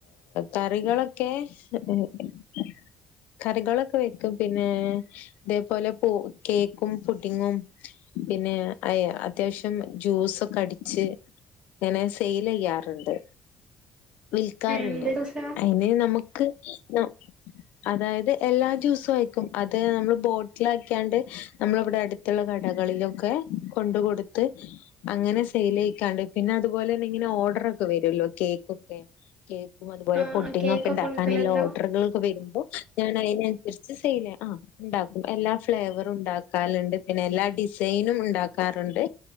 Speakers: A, on the left; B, on the right.
A: കറികളൊക്കെ <inaudible> കറികളൊക്ക വെക്കും, പിന്നെ ഇതേപോലെ പു കേക്കും പുഡിങ്ങും പിന്നെ അയ അത്യാവശ്യം ജ്യൂസൊക്ക അടിച്ച് ഞാന് സെയ്ല് ചെയ്യാറുണ്ട്, വിൽക്കാറ്ണ്ട്,
B: എന്ത് ജ്യൂസാ
A: അയിന് നമക് ക്ക് ന അതായത് എല്ലാ ജൂസു അയക്കും അത് നമ്മള് ബോട്ട്ലാക്കിയാണ്ട് നമ്മള് ഇവ്ടെ അട് ത്തുള്ള കടകളിലൊക്കെ കൊണ്ട് കൊടുത്ത് അങ്ങനെ സെയ്ല് ക്കാണ്ട് പിന്നെ അതുപോലെ തന്നെ ഇങ്ങനെ ഓർഡറൊക്കെ വരുവല്ലോ കേക്കൊക്കെ കേ ക്കും അതുപോലെ
B: ആ
A: പുഡിങ്ങോക്കെ
B: കേക്കൊക്കെ
A: ഉണ്ടാക്കാനുള്ള
B: ഉണ്ടാക്കലുണ്ടോ
A: ഓർഡറുകളൊക്കെ വരുമ്പോ ഞാനയ്നനുസരിച്ച് സെയ്ല് ആഹ് ഉണ്ടാക്കും എല്ലാ ഫ്ലേവറും ഉണ്ടാക്കാലുണ്ട്, പിന്നെ എല്ലാ ഡിസൈനും ഉണ്ടാക്കാറുണ്ട്